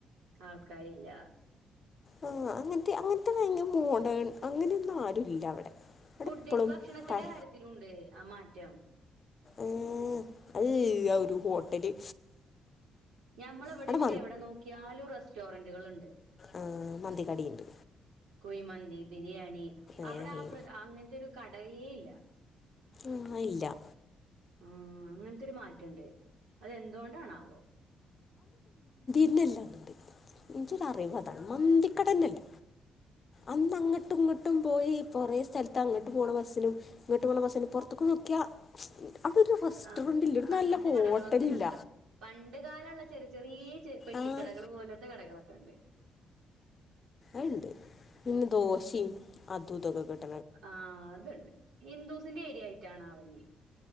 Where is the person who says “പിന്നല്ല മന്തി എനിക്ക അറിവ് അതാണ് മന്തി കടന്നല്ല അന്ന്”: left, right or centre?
Left